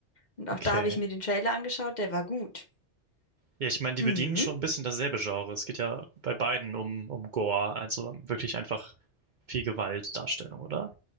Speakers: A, on the left; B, on the right.
A: Und auch
B: okay.
A: da habe ich mir den Trailer angeschaut, der war gut.
B: Ja, ich meine, die
A: Mhm.
B: bedienen schon ein bisschen dasselbe Genre. Es geht ja bei beiden um, um Gore, also wirklich einfach viel Gewaltdarstellung, oder?